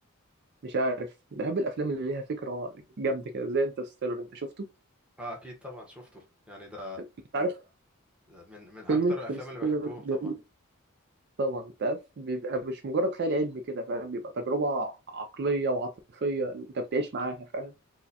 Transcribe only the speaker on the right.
مش عارف بحب الافلام اللي ليها فكرة جامدة كده زي انترستيلر انت شفته؟
انت عارف
فيلم انترستيلر
جميل طبعا انت عارف بيبقى مش مجرد خيال علمي كده فاهم بيبقى تجربة عقلية وعاطفية انت بتعيش معاها فاهم